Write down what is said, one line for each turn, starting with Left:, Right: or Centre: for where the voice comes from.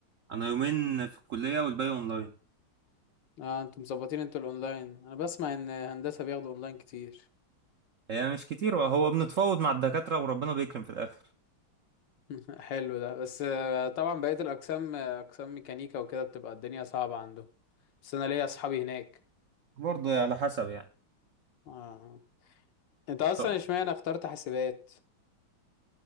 Right: انا يومين في الكليه والباقي اونلاين
Left: اه انتوا مظبطين انتوا الاونلاين انا بسمع ان هندسة بياخدوا اونلاين كتير
Right: هي مش كتير وهو بنتفاوض مع الدكاترة وربنا بيكرم في الاخر
Left: <laughs> حلو ده بس آه، طبعا بقية الاقسام آه، اقسام ميكانيكا وكده بتبقى الدنيا صعبة عندهم بس انا ليا اصحابي هناك
Right: برضو يعني على حسب يعني
Left: اه انت اصلا
Right: طب
Left: اشمعنى اخترت حاسبات